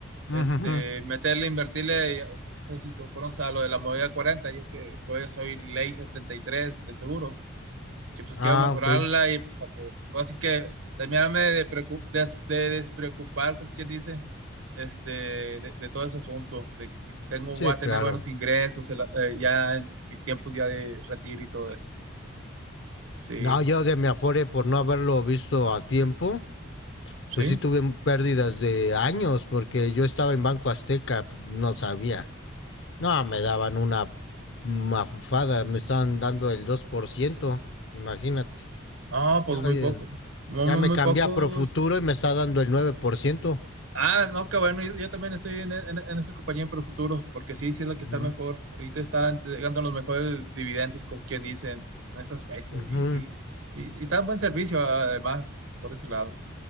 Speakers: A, on the left; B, on the right.
A: Ujujú.
B: este, meterle, invertirle, ya- no sé si tú conoces a lo de la movida 40, yo que todavía soy ley 73 del seguro que pues
A: Ah,
B: quiero mejorarla
A: ok.
B: y pues para que, pues, así que terminarme de, preocu- des- de despreocupar, como quien dice, este, de, de todo ese asunto, de que si tengo,
A: Sí,
B: voy a
A: claro.
B: tener buenos ingresos el- eh, ya en mis tiempos ya de retiro y todo eso. Sí,
A: No, yo de mi Afore, por no haberlo visto a tiempo,
B: sí.
A: pues sí tuve pérdidas de años, porque yo estaba en Banco Azteca, pues, no sabía. No, me daban una mafufada, me estaban dando el dos por ciento imagínate.
B: No, pues
A: No,
B: muy
A: oye,
B: poco. Muy,
A: ya
B: muy,
A: me
B: muy
A: cambié
B: pocos.
A: a Profuturo y me está dando el 9%.
B: Ah, no, qué bueno, yo, yo también estoy en, en- en esa compañía por el futuro, porque sí, sí es la
A: Ujú,
B: que está mejor. Ahorita están llegando los mejores dividendos, como quien dicen, en ese aspecto,
A: ujú.
B: y sí, y, y tan buen servicio además, por ese lado.